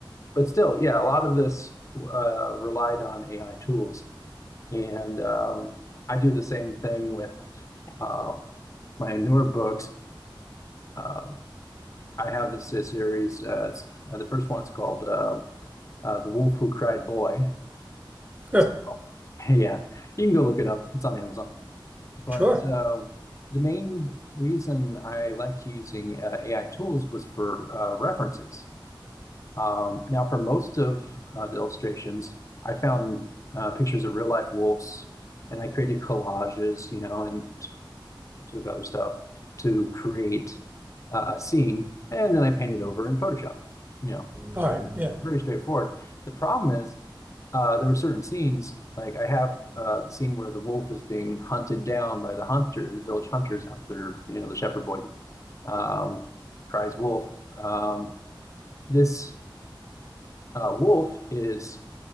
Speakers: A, on the left; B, on the right.
A: but Still, yeah, a lot of this uh, relied on AI tools. and um, I do the same thing with um, my newer books. Uh, I have this uh, series. Uh, it's, uh, the first one's called uh, uh, "The Wolf Who Cried Boy."
B: Huh.
A: So, <laughs> yeah, you can go look it up. It's on Amazon. But
B: sure,
A: uh, the main reason I liked using uh, AI tools was for uh, references. Um, now, for most of uh, the illustrations, I found uh, pictures of real life wolves, and I created collages, you know, and to other stuff to create uh, a scene, and then I paint it over in Photoshop. You know,
B: all
A: straight,
B: right, yeah.
A: very straightforward. The problem is uh, there were certain scenes, like I have uh, the scene where the wolf is being hunted down by the hunter, the village hunters after, you know, the shepherd boy um, cries wolf. Um, this uh, wolf is